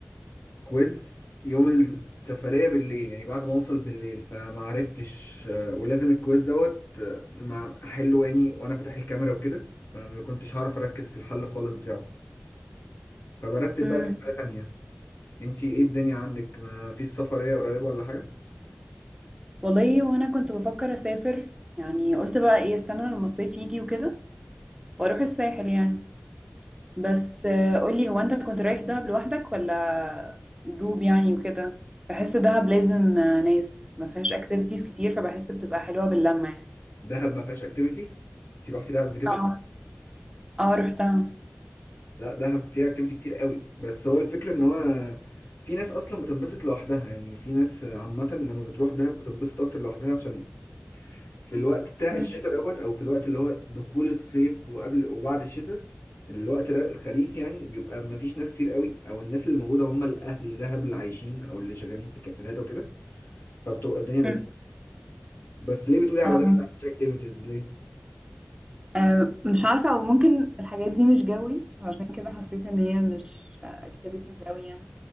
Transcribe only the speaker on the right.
مم.
والله وانا كنت بفكر اسافر يعني قلت بقى ايه استنى لما الصيف يجي وكده واروح الساحل يعني بس آه قولي هو انت كنت رايح دهب لوحدك ولا جروب يعني وكده بحس دهب لازم آه ناس ما فيهاش اكتيفيتيز كتير فبحس بتبقى حلوة باللمة يعني
اه اه رحتها
مم.
مم.
اه
آه، مش عارفة أو ممكن الحاجات دي مش جوي عشان كده حسيت إن هي مش اكتيفيتيز أوي يعني